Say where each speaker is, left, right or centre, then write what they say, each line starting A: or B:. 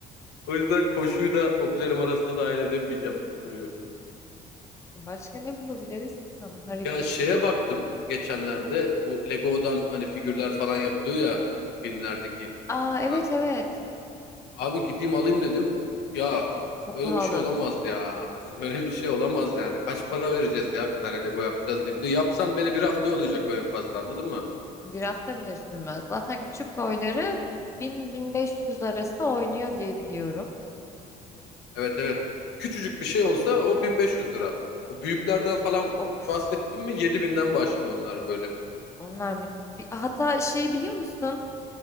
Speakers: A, on the left; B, on the left.
A: O yüzden koşuyu da hobilerim arasında dahil edemeyeceğim gibi duruyor.
B: Başka ne bulabiliriz ki sana hareketli?
A: Ya şeye baktım geçenlerde bu Lego'dan hani figürler falan yapılıyor ya filmlerdeki
B: Aa
A: falan.
B: evet evet.
A: Abi gideyim alayım dedim. Ya
B: Çok
A: böyle
B: pahalı.
A: bir şey olamaz ya. <laughs> Böyle bir şey olamaz yani. Kaç para vereceğiz ya bir tane Lego yapacağız diye. Bir de yapsam beni bir hafta yollayacak o en fazla anladın mı?
B: Bir hafta bile sürmez. Zaten küçük boyları 1000-1500 arası oynuyor diye biliyorum.
A: Evet evet. Küçücük bir şey olsa o 1500 lira. O büyüklerden falan
B: Of,
A: bahsettim mi 7000'den başlıyor onlar böyle.
B: onlar mı? Bi- Hatta şey biliyor musun?